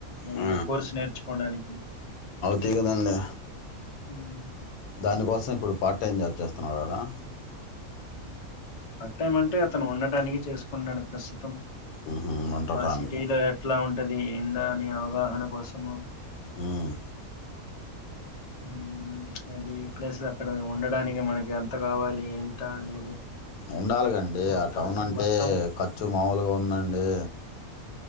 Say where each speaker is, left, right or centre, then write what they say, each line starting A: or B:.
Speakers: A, on the left; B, on the left.
A: ఏమన్న
B: ఆ
A: కోర్స్ నేర్చుకోడానికి
B: దిగదండి
A: ఊమ్
B: దానికోసం, ఇప్పుడు పార్ట్ టైం జాబ్ చేస్తున్నాడు గదా?
A: పాట్ టైం మంటే అతను ఉండటానికి చేసుకున్నాడు ప్రస్తుతం
B: ఉహు ఉండటానికి
A: ఆ సిటీలో ఎట్లా ఉంటది ఏందా అని అవగాహన కోసము
B: ఉమ్
A: ఊమ్ ప్చ్! అదీ ఈ ప్లేసెస్ అక్కడ ఉండడానికి మనకి ఎంత గావాలి? ఎంతా అనేది
B: ఉండాలిగాండి
A: మొత్తం
B: ఆ టౌన్ అంటే
A: మొత్తం
B: ఖర్చు మాములుగా ఉందండీ.